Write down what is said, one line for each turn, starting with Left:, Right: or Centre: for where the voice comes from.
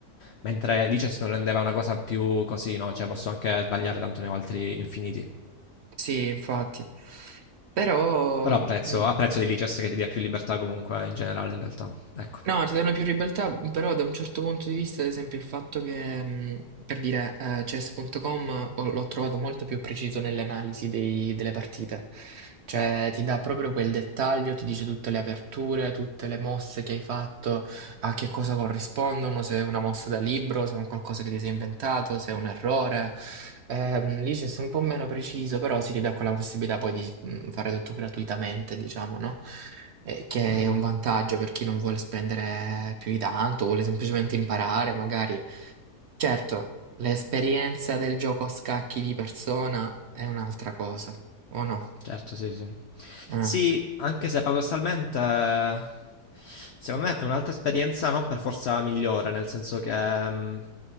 Left: Mentre License non rendeva una cosa più così, no? Cioè posso anche sbagliare, tanto ne ho altri infiniti.
Right: sì, infatti. Però,
Left: Però
Right: mh,
Left: apprezzo, apprezzo di License che ti dia più libertà comunque in generale in realtà. Ecco.
Right: no, ci sono più ribeltà, però da un certo punto di vista, ad esempio, il fatto che, mh, per dire, eh, chess.com ho- l'ho trovato molto più preciso nell'analisi dei- delle partite. Cioè, ti dà proprio quel dettaglio, ti dice tutte le aperture, tutte le mosse che hai fatto. a che cosa corrispondono, se è una mossa da libro, se è un qualcosa che ti sei inventato, se è un errore. Ehm, lì c'è sei un po' meno preciso, però si ridà quella possibilità poi di mm, fare tutto gratuitamente, diciamo, no? Eh, che
Left: Mhm.
Right: è un vantaggio per chi non vuole spendere più di tanto, vuole semplicemente imparare, magari. Certo, l'esperienza del gioco a scacchi di persona è un'altra cosa, o no?
Left: Certo, sì, sì.
Right: Eh.
Left: Sì, anche se paradossalmente, eh, secondo me è un'altra esperienza non per forza migliore, nel senso che ehm,